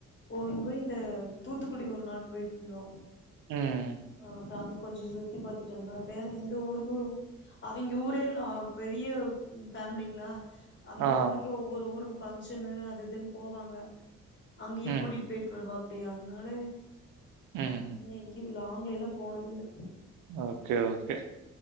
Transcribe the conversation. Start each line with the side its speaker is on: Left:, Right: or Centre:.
Left: போயிம் போயிம் இந்த தூத்துக்குடி ஒரு நாள் போயிட்டந்தோ
Right: ம்.
Left: ஆ ப்ராங்கு கொஞ்சொ சுத்தி பாத்துட்டு வந்தோ வேற எந்த ஊருக்கு அவிங்க ஊரே லா பெரிய ஃபேமிலிங்ளா அவிங்க
Right: ஆஹா.
Left: ஊருக்கே ஒவ்வொரு ஊருக் ஃபங்ஷனு அது இதுன் போவாங்க அங்கயே
Right: ம்.
Left: கூட்டிட்டு போயிட்ருந்தாரு அப்டி அதுனால
Right: ம்.
Left: நீங்கிப் லாங்லா போனதுல்ல
Right: ஓகே ஓகே